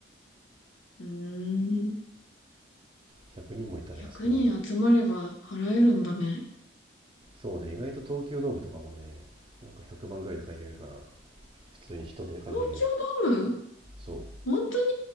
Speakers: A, on the left; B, on the right.
A: うーん。
B: 100人もいたら安くなるな。
A: 100人集まれば払えるんだね。
B: そうね、意外と東京ドームとかもね、なんか100万ぐらいで借りれるから、普通に人手で借りれるよ。
A: 東京ドーム
B: そ
A: 本当に